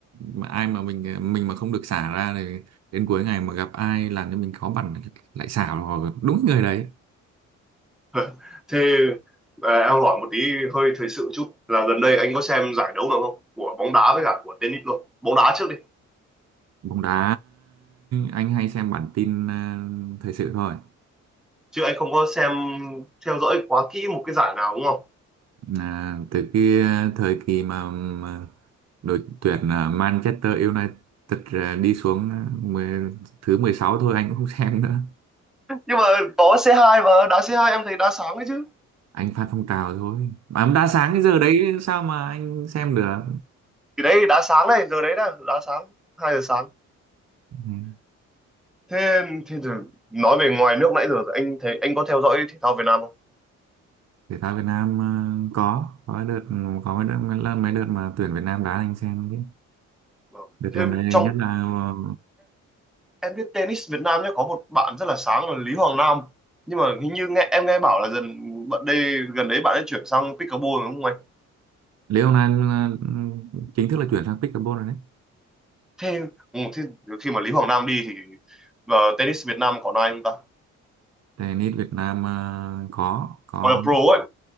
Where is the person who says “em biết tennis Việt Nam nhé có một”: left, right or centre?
Centre